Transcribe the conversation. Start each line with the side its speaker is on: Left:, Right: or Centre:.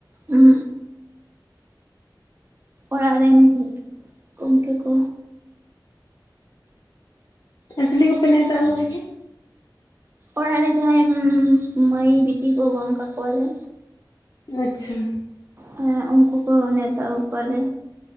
Right: ᱩᱸ ᱚᱲᱟᱜ ᱨᱮᱱ ᱜᱚᱢᱠᱮ ᱠᱚ
Left: ᱟᱨ ᱪᱤᱞᱤ ᱠᱚᱯᱮ ᱱᱮᱣᱛᱟ ᱟᱹᱜᱩ ᱠᱚ ᱜᱮᱭᱟ?
Right: ᱚᱲᱟᱜ ᱨᱮ ᱡᱟᱦᱟᱸᱭ ᱢᱟᱹᱭ ᱵᱤᱴᱤ ᱠᱚ ᱜᱚᱝ ᱠᱟᱠ ᱠᱚᱣᱟᱞᱮ
Left: ᱟᱪᱪᱷᱟ ᱾
Right: ᱦᱮᱸ ᱩᱱᱠᱩ ᱠᱚ ᱱᱮᱶᱛᱟ ᱟᱹᱜᱩ ᱠᱚᱣᱟᱞᱮ᱾